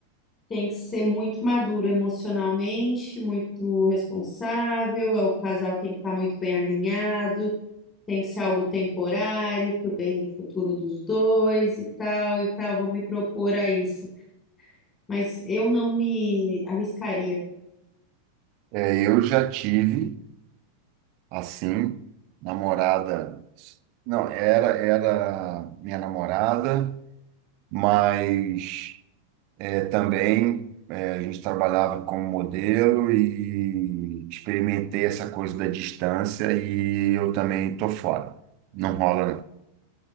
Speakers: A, on the left; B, on the right.
A: Tem que ser muito maduro emocionalmente, muito responsável. O casal tem que estar muito bem alinhado, tem que ser algo temporário, pro bem do futuro dos dois e tal e tal. Vou me propor a isso, mas eu não me arriscaria.
B: É, eu já tive, assim, namorada. Não, era, era minha namorada, mas Também eh, a gente trabalhava como modelo e experimentei essa coisa da distância e eu também tô fora. Não rola, não,